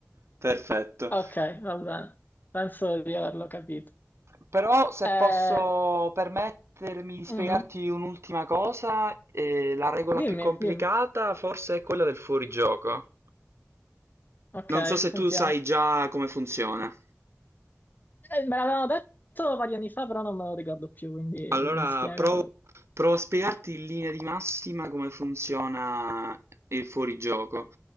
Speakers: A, on the right; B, on the left.
A: Perfetto.
B: ok, va bene. Penso di averlo capito.
A: Però se
B: Eh,
A: posso permettermi di spiegarti
B: mhm.
A: un'ultima cosa, eh, la regola
B: Dimmi,
A: più complicata
B: dimmi.
A: forse è quella del fuorigioco.
B: Ok,
A: Non so se
B: sentiamo.
A: tu sai già come funziona.
B: Eh, me l'avevano detto vari anni fa, però non me lo ricordo più, quindi
A: Allora
B: mi spiego.
A: provo, provo a spiegarti in linea di massima come funziona il fuorigioco.